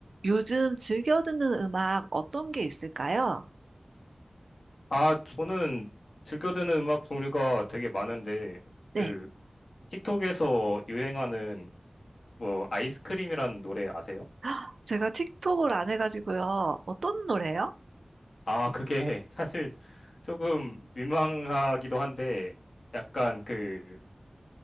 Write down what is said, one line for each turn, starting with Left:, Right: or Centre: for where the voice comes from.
Right: 요즘 즐겨 듣는 음악 어떤 게 있을까요?
Left: 아, 저는 즐겨 듣는 음악 종류가 되게 많은데,
Right: 네.
Left: 그, 틱톡에서 유행하는, 뭐, 아이스크림이라는 노래 아세요?
Right: <gasps> 아, 제가 틱톡을 안 해가지고요. 어떤 노래요?
Left: 아, 그게 <laughs> 사실 조금 민망하기도 한데, 약간 그,